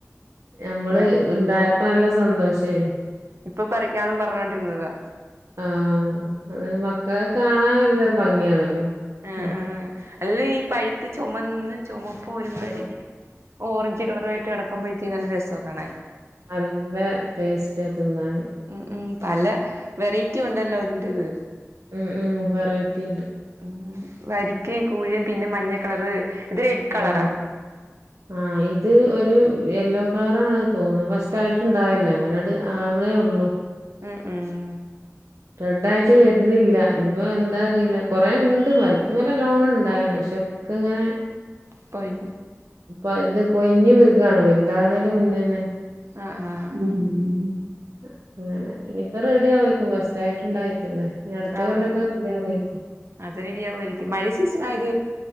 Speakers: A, on the right; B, on the right.
A: നമ്മള്
B: പിന്നെ
A: ഇണ്ടായപ്പോ നല്ല സന്തോഷേനു
B: ഇപ്പം പറിക്കാന്ന് പറഞ്ഞോണ്ടിരുന്നതാ
A: ആഹ് അങ്ങനെ മക്കളെ കാണാനെല്ലം ഭംഗിയാണല്ലോ
B: ആഹ്
A: ഉം
B: ആഹ് അല്ലേലും ഈ പഴുത്ത് ചൊമന്ന് ചൊമപ്പ് ഒരുമാതിരി
A: ആ,
B: ഓറഞ്ച് കളറായിട്ട് കെടക്കുമ്പോഴത്തീന് നല്ല രസവാ കാണാൻ
A: നല്ല ടേസ്റ്റാ തിന്നാന്
B: ഉം ഉം പല വെറൈറ്റി ഒണ്ടല്ലോ അതിന്റെത്
A: ഉം ഉം വെറൈറ്റിയിണ്ട്
B: ഉം വരിക്കയും കൂഴയും പിന്നെ മഞ്ഞ കളറ് ഇത് കളറാ
A: ആഹ് ആഹ് ഇത് ഒരു യെല്ലോ കളറാണ് തോനുന്നു ഫസ്റ്റായിട്ട് ഇണ്ടായല്ലേ അങ്ങനെത് അവണേ ഉള്ളൂ
B: ഉം ഉം
A: റെഡായിട്ട് വെരുന്നില്ലാ ഇനിയിപ്പോ എന്താ അറിയില്ലാ കൊറേ ഇണ്ട് മരത്ത്മ്മില് നല്ലോണം ഇണ്ടായിന് പക്ഷെ ക്കെങ്ങനെ
B: പൊയിഞ്ഞ്
A: ഇപ്പ ഇത് കൊയിഞ്ഞ് വീകാണ് വലുതാവണേന്റെ മുന്നേന്നെ
B: ആഹ് ആഹ്
A: ഉം അങ്ങനെ ഇനിപ്പ റെഡിയാവായിരിക്കും ഫസ് റ്റായിട്ട്ണ്ടായിറ്റല്ലേ ഇനി അടുത്ത
B: ആഹ്
A: കൊല്ലൊക്കെ റെഡിയാവായിരിക്കും
B: അത് റെഡിയാവുമായിരിക്കും മഴ സീസൺ ആയത്